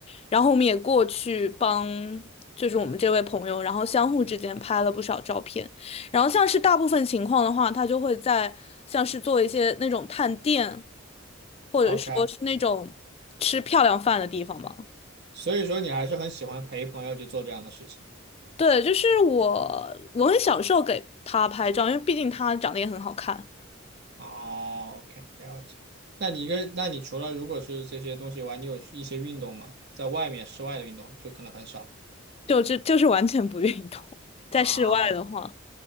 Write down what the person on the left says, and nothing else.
然后我们也过去帮，就是我们这位朋友，然后相互之间拍了不少照片。然后像是大部分情况的话，他就会在像是做一些那种探店，或者说是那种吃漂亮饭的地方吧。
对，就是我我很享受给他拍照，因为毕竟他长得也很好看，
就就就是完全不运动。<laughs> 在室外的话，